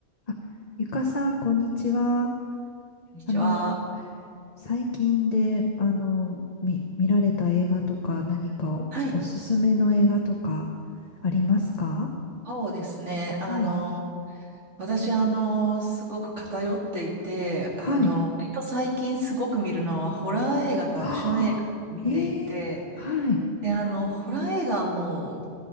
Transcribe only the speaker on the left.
あゆかさん、こんにちは。
あの、最近で、あの、み、見られた映画とか、何かお、
おすすめの映画とか、ありますか
はい。
はい。
<gasps> はあ、えー、はい。